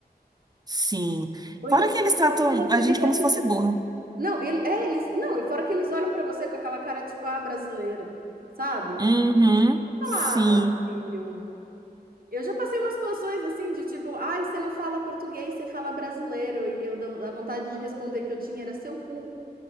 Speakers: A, on the right; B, on the right.
A: sim.
B: Ou
A: Fora
B: então,
A: que eles tratam
B: ou então você
A: a gente
B: vira.
A: como
B: esse-
A: se fosse burro.
B: Não, ele, é, eles. Não, e fora que eles olham pra você com aquela cara, tipo, ah, brasileiro, sabe?
A: Uhum.
B: Fala,
A: Sim.
B: ah, meu filho. Eu já passei umas situações assim de tipo, ai, você não fala português, você fala brasileiro. E eu, dou- a vontade de responder que eu tinha era seu cu.